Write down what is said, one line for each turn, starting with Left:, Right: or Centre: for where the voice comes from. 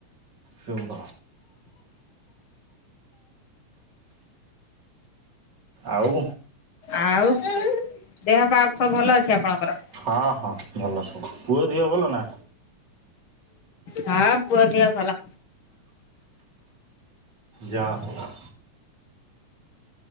Right: ସବୁ କଁ ଆଉ?
Left: ଆଉ ଦେହପାଆ ସବୁ ଭଲଅଛି ଆପଣଙ୍କର?
Right: ହଁ ହଁ ଭଲ ସବୁ ପୁଅ ଦିହ ଭଲ ନା?
Left: ହଁ ପୁଅ ଦେହ ଭଲ।
Right: ଯା ହୋଉ।